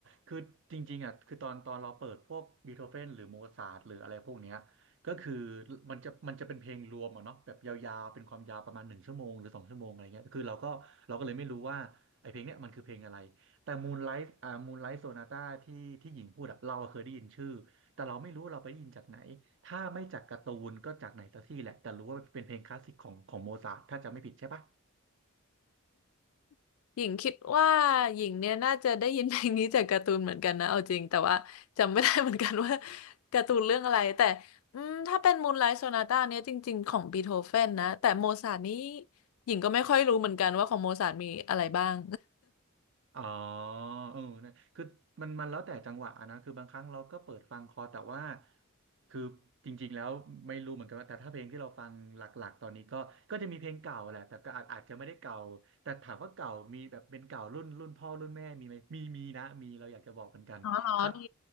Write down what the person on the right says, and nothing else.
คือจริงๆอ่ะ คือตอนตอนเราเปิดพวกบีโธเฟนหรือโมซาร์ทหรืออะไรพวกเนี้ยก็คือมันจะมันจะเป็นเพลงรวมอ่ะเนาะแบบยาวๆเป็นความยาวประมาณหนึ่งชั่วโมงหรือสองชั่วโมงอะไรเงี้ยคือเราก็เราก็เลยไม่รู้ว่าไอเพลงเนี้ยมันคือเพลงอะไร แต่มูนไลท์อ่ามูนไลท์โซนาต้าที่ที่หญิงพูดอ่ะเราอะเคยได้ยินชื่อ แต่เราไม่รู้ว่าเราไปได้ยินจากไหน ถ้าไม่จากการ์ตูนก็จากไหนสักที่แหละแต่รู้ว่าเป็นเพลงคลาสสิกของของโมซาร์ทถ้าจำไม่ผิดใช่ปะ
อ๋อเออนะคือมันมันแล้วแต่จังหวะนะคือบางครั้งเราก็เปิดฟังคอแต่ว่าคือจริงๆแล้วไม่รู้เหมือนกันว่าแต่ถ้าเพลงที่เราฟังหลักๆตอนนี้ก็ก็จะมีเพลงเก่าแหละแต่ก็อาจอาจจะไม่ได้เก่าแต่ถามว่าเก่ามีแบบเป็นเก่ารุ่นรุ่นพ่อรุ่นแม่มีไหมมีมีนะมีเราอยากจะบอกเหมือนกันครับ